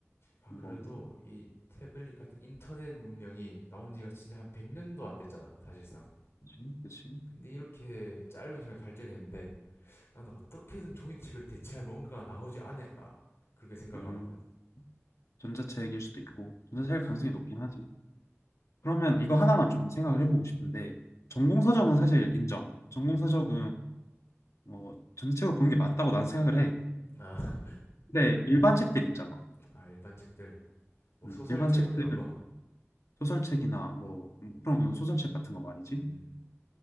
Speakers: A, on the left; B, on the left.
A: 아,
B: 뭐
A: 그래도 이 태블릿 같은 인터넷 문명이 나온 지가 진짜 한 100년도 안 됐잖아, 사실상.
B: 그치? 그치?
A: 근데 이렇게 짧은 시간에 발전이 됐는데 나는 어떻게든 종이책을 대체할 뭔가가 나오지 않을까. 그렇게 생각하거든.
B: 음. 전자책일 수도 있고 전자책일
A: 그렇지.
B: 가능성이 높긴 하지. 그러면 이거 하나만 좀 생각을 해보고 싶은데 전공 서적은 사실 인정. 전공
A: 음.
B: 서적은 뭐 전체적으로 보는 게 맞다고 난 생각을 해.
A: 아, <laughs>
B: 근데 일반 책들 있잖아.
A: 아, 일반 책들. 뭐
B: 음,
A: 소설책
B: 일반 책들
A: 그런 거?
B: 소설책이나 뭐 뭐 그런 소설책 같은 거 말이지.
A: 음.